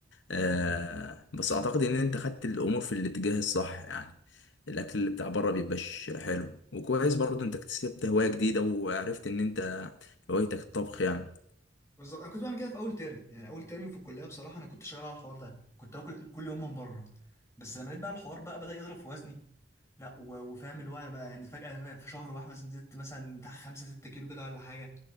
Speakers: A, on the left (about 75°); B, on the left (about 15°).
A: آه بس اعتقد ان انت خدت الامور في الاتجاه الصح يعني الاكل اللي بتاع بره بيبقاش حلو وكويس برضو انت اكتسبت هواية جديدة وعرفت ان انت هوايتك الطبخ يعني
B: بالظبط انا كنت بعمل كده في اول ترم يعني اول ترم في الكليه بصراحه انا كنت شغال على الحوار ده كنت اكل كل يوم من بره بس لما لقيت بقى الحوار بقى بدا يضرب في وزني لا و- وفاهم اللي هو بقى يعني فجاه في شهر واحد مثلا زدت مثلا بتاع 5 6 كيلو كده ولا حاجه